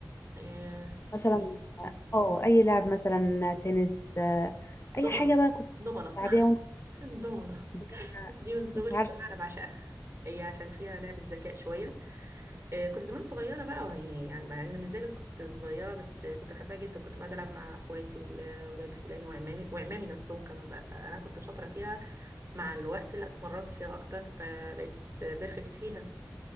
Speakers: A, on the right; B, on the left.
A: آه
B: مثلا
A: زي ايه
B: اه اي لعب مثلا تنس آه،
A: ضمنه
B: اي حاجه بقى كنت
A: ضمنه
B: بتلعبيها
A: <laughs>
B: وانت
A: ضمنه
B: صغيرة،
A: دي من صغري
B: مش عارفه
A: بصراحه انا بعشقها هي عشان فيها لعبه ذكاء شويه آه، كنت زمان صغيرة بقى يعني يعني مع ان مش زالت كنت صغيرة بس آه، كنت بحبها جدا كنت بقعد ألعب مع اخواتي وولاد خلاني وعمامي وعمامي نفسهم كمان بقى فأنا كنت شاطرة فيها مع الوقت لا اتمرنت فيها أكتر ب- بقيت بيرفكت فيها